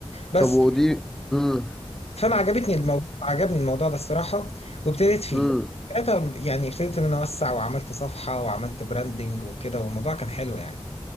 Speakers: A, on the left; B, in the centre.
A: بس
B: طب ودي امم
A: فانا عجبتني الموضوع عجبني الموضوع ده الصراحه وابتديت فيه
B: ايه
A: ساعتها يعني ابتديت ان انا اوسع وعملت صفحه وعملت براندنج وكده والموضوع كان حلو يعني